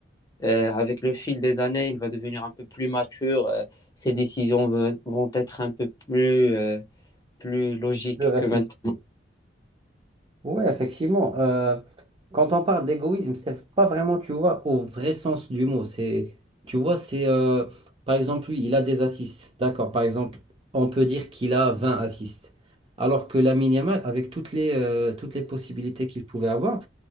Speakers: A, on the left; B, on the right.
A: euh, avec le fil des années, il va devenir un peu plus mature. euh, ses décisions ve- vont être un peu plus, euh, plus logiques
B: Je réfléchis.
A: que maintenant.
B: Ouais, effectivement. Euh, quand on parle d'égoïsme, c'est pas vraiment, tu vois, au vrai sens du mot. C'est, tu vois, c'est, euh, par exemple, lui, il a des assists. D'accord. Par exemple, on peut dire qu'il a 20 assists. Alors que la Yamal, avec toutes les, euh, toutes les possibilités qu'il pouvait avoir,